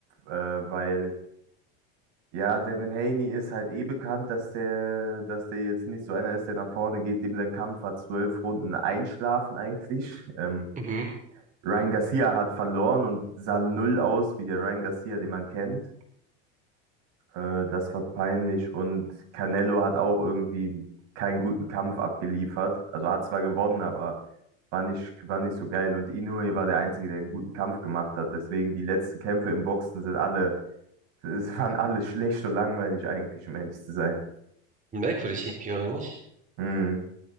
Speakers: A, on the right; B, on the right.
A: äh, weil ja, Devin Haney ist halt eh bekannt, dass der, dass der jetzt nicht so einer ist, der nach vorne geht, dem sein Kampf hat zwölf Runden einschlafen eigentlich. Ähm,
B: Mhm.
A: Ryan Garcia hat verloren und sah null aus wie der Ryan Garcia, den man kennt. Äh, das war peinlich und Canelo hat auch irgendwie keinen guten Kampf abgeliefert. Also hat zwar gewonnen, aber war nicht, war nicht so geil. Und Inoue war der Einzige, der einen guten Kampf gemacht hat. Deswegen die letzten Kämpfe im Boxen sind alle, es waren alle schlecht und langweilig eigentlich, um ehrlich zu sein.
B: Merkwürdig irgendwie, oder nicht?
A: Hm,